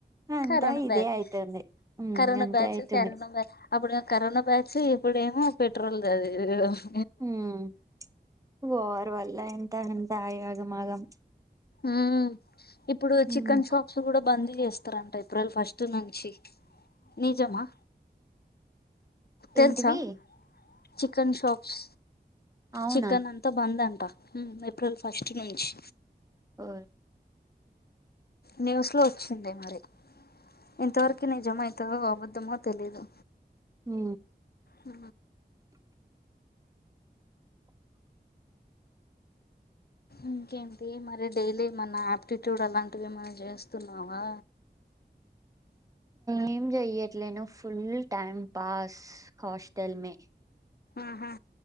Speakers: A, on the right; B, on the left.
A: అంతా
B: కరోనా
A: ఇదే
B: బ్యాచ్
A: అయితుంది ఉమ్
B: కరనా
A: అంతే
B: బ్యాచ్
A: అయితుంది
B: కరనా్బ్యాచ్ అప్పుడు కరోనా బ్యాచ్ ఇప్పుడేమో పెట్రోల్ అది ఇ
A: ఉమ్ వర్వల్ల ఎంత అంతాయగమాగం
B: ఉమ్ ఇప్పుడు చికెన్
A: ఉమ్
B: షాప్స్ కూడా బందీ చేస్తారంట ఏప్రిల్ ఫస్ట్ నుంచి నిజమా తెలుసా
A: ఏంటివి
B: చికెన్ షాప్స్
A: అవునా
B: చికెన్ అంత బంద అంత ప ఏప్రిల్ ఫస్ట్ నుంచి
A: ఓ
B: న్యూస్ లో వచ్చింది మరి ఇంతవరకు నీ జమ అవుతో అబద్ధమో తెలీదు
A: మ్
B: ఊ ఇంకేంటి మరి డైలీ మన ఆయాప్టిట్యూడ్ అలాంటివి ఎమన చేస్తున్నా ఆవా
A: ఏం చెయ్యట్లేను ఫుల్ టైమ్ పాస్ హాస్టల్ మే
B: ఆహా